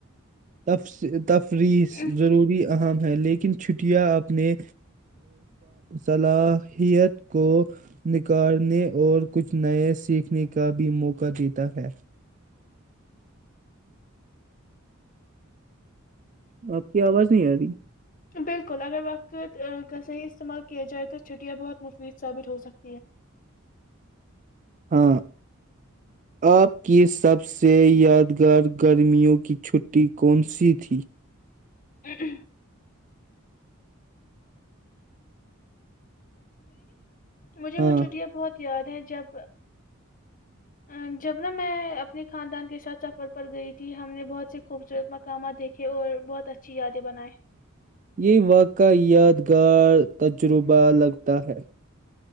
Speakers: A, on the right; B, on the left.
A: تب سے تفریص
B: ہے
A: ضروری اہم ہیں لیکن چھٹیاں اپنی صلاحیت کو نکارنے اور کچھ نئے سیکھنے کا بھی موقع دیتا ہے آپ کی آواز نہیں آ رہی
B: بالکل اگر وقت کا صحیح استعمال کیا جائے تو چھٹیاں بہت مفید ثابت ہوسکتی ہیں
A: ہاں آپ کی سب سے یادگار گرمیوں کی چھٹی کون سی تھی
B: <unintelligible> مجھے
A: ہاں
B: وہ چھٹیاں بہت یاد ہے جب ا جب نہ میں اپنے خاندان کے ساتھ سفر پر گئی تھی ہم نے بہت سے خوبصورت مقامات دیکھے اور بہت اچھی یادیں بنائے
A: یہ واقع یادگار تجربہ لگتا ہے